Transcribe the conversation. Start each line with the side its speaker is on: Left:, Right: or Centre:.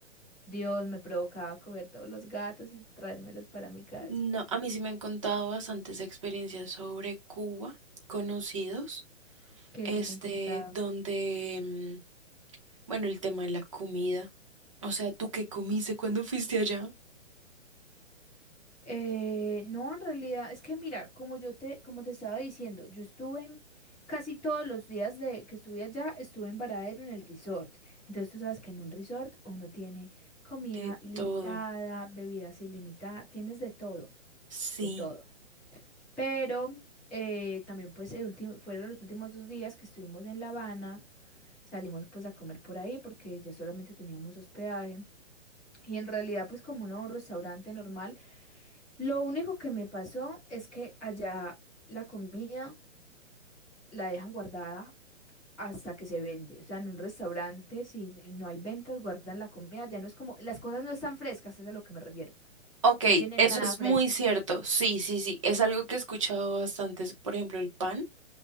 Centre: Dios, me provocaba coger todos los gatos y traérmelos para mi casa.
Right: No, a mí sí me han contado bastantes experiencias sobre Cuba, conocidos,
Centre: que,
Right: este,
Centre: que te han contado.
Right: donde, mm, bueno, el tema de la comida. O sea, ¿tú qué comiste cuando fuiste allá?
Centre: Eh, no, en realidad, es que mira, como yo te, como te estaba diciendo, yo estuve en- casi todos los días de que estuve allá, estuve en Varadero en el resort. Entonces tú sabes que en un resort uno tiene comida
Right: De
Centre: ilimitada,
Right: todo.
Centre: bebidas ilimitadas, tienes de todo,
Right: Sí.
Centre: de todo. Pero eh, también pues el último, fueron los últimos dos días que estuvimos en La Habana, salimos pues a comer por ahí porque ya solamente teníamos hospedaje. Y en realidad pues como uno va a un restaurante normal, Lo único que me pasó es que allá la comida la dejan guardada hasta que se vende. O sea, en un restaurante, si no hay ventas, guardan la comida. Ya no es como, las cosas no están frescas, es a lo que me refiero.
Right: Ok,
Centre: No tienen
Right: eso
Centre: nada
Right: es
Centre: fresco.
Right: muy cierto. Sí, sí, sí. Es algo que he escuchado bastante. Por ejemplo, el pan.